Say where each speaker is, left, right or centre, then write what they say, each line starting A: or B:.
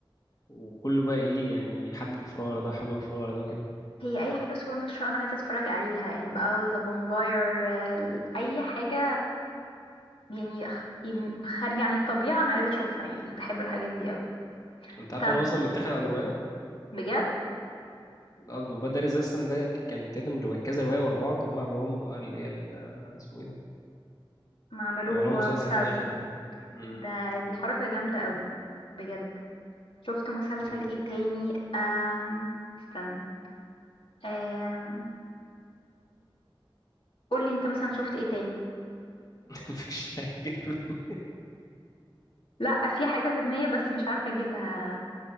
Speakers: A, on the left; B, on the left.
A: وكله بقى ايه يعني حابب يتفرج على ده وحابب يتفرج على ده وكده
B: هي اي حاجه صور نشر انا عايزه اتفرج عليها يعني بقى ذا فامباير اي حاجه يعني خ- يم- خارجة عن الطبيعة أنا عايزة أشوفها يعني بحب الحاجات دي قوي
A: انت عارف
B: طب
A: ان هو اصلا متاخد عن روايه
B: بجد
A: الموبايل ده ريزيستنت ده كان تقريبا رواية- كذا روايه ورا بعض هم عملوهم بقى اللي هي ال- اسمه ايه ده
B: ما عملوه
A: عملوهم مسلسل
B: مسلسل
A: في الاخر يعني امم
B: ده دي حركة جامدة قوي بجد شفت مسلسل
A: انت
B: ايه تاني أم... استنى أم... قولي انت مثلا شفت ايه تاني
A: مفيش حاجه <laughs>
B: لا في حاجة في دماغي بس مش عارفة اجيبها